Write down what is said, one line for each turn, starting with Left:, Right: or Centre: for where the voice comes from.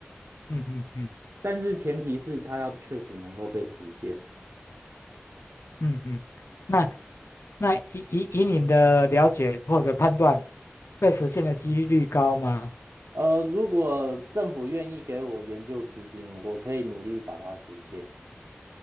Left: 嗯嗯嗯
Right: 但是前提是它要确实能够被实现。
Left: 嗯嗯，那
Right: 嗯，
Left: 那以以以你的了解或者判断，被实现的几率高吗？
Right: 呃，如果政府愿意给我研究资金，我可以努力把它实现。